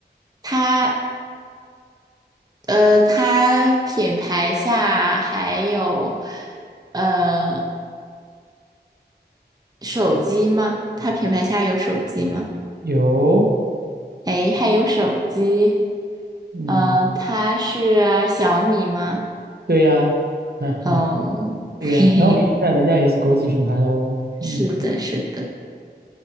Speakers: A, on the right; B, on the right.
A: 它呃它品牌下还有呃手机吗？它品牌下有手机吗？
B: 有，
A: 诶，还有手机，
B: 嗯，
A: 嗯，它是小米吗？
B: 对呀，<laughs> 哈哈，
A: 哦，<laughs>
B: 对呀，
A: 嘿嘿。
B: 小米现在人家也是国际品牌喽，嗯，
A: 是的，是的。